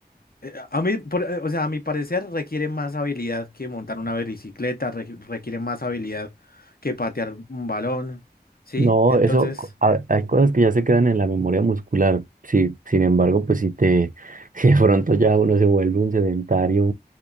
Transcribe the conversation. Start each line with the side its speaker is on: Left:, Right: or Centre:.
Left: Eh, A mí, por- eh, o sea, a mi parecer requiere más habilidad que montar una bicicleta, re- requiere más habilidad que patear un balón, ¿sí?
Right: No,
Left: Entonces,
Right: eso, co- ha- hay cosas que ya se quedan en la memoria muscular. Sí, sin embargo, pues si te, <laughs> si de pronto ya uno se vuelve un sedentario,